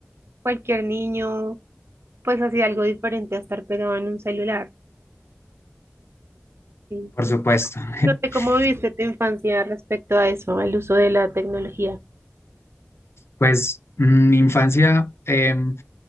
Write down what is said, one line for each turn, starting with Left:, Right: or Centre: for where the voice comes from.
Right: cualquier niño pues hacía algo diferente a estar pegado en un celular. Sí.
Left: por supuesto.
Right: No
Left: <laughs>
Right: sé cómo viviste tu infancia respecto a eso, al uso de la tecnología.
Left: Pues mm, mi infancia, em,